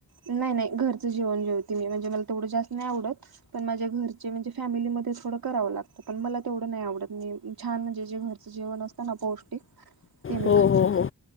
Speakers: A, on the right (about 75°); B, on the left (about 35°).
A: नाही नाही घरचं जेवण जेवते मी म्हणजे मला तेवढं जास्त नाही आवडत पण माझ्या घरचे म्हणजे फॅमिलीमध्ये थोडं करावं लागतं पण मला तेवढं नाही आवडत मी छान म्हणजे जे घरचं जेवण असतं ना पौष्टिक ते मी
B: हो
A: खाते
B: हो हो